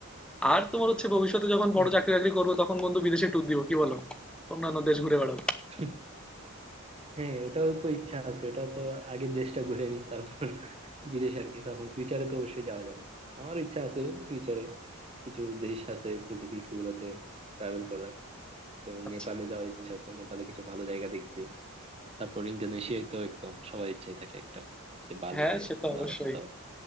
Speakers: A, in the centre; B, on the right (about 25°).
A: আর তোমার হচ্ছে ভবিষ্যতে যখন
B: হম
A: বড় চাকরি বাকরি করবো তখন বন্ধু বিদেশে ট্যুর দিব কি বলো অন্যান্য দেশ ঘুরে বেড়াবো
B: হম হ্যাঁ ওটাও তো ইচ্ছা আছে ওটাও তো আগে দেশটা ঘুরে নিই তারপর বিদেশ আর কি তখন ফিউচারে তো অবশ্যই যাওয়া যাবে আমার ইচ্ছা আছে ফিউচারে কিছু দেশ আছে স্পেসিফিক ওগুলাতে ট্রাভেল করার যেমন
A: আচ্ছা
B: নেপালে যাওয়ার ইচ্ছা আছে নেপালে কিছু ভালো জায়গা দেখতে তারপর ইন্দোনেশিয়ায় তো একদম সবার ইচ্ছাই থাকে একটা যে বালিতে
A: হ্যাঁ সে তো
B: বা
A: অবশ্যই
B: কোথাও